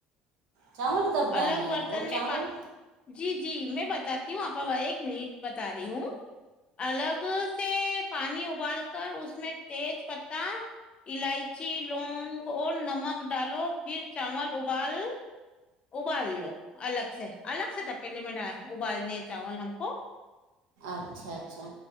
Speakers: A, on the right; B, on the left.
A: چاول کب ڈالنا
B: الگ برتن
A: ہے اور چاول
B: میں جی جی میں بتا <unintelligible> بتاتی ہوں آپ ایک منٹ بتا رہی ہوں الگ سے پانی ابال کر اس میں تیج پتتا الائچی لونگ اور نمک ڈالو پھر چاول ابال <unintelligible> ابال لو الگ سے الگ سے تھا پہلے م ابالنے چاول ہم کو
A: اچھا اچھا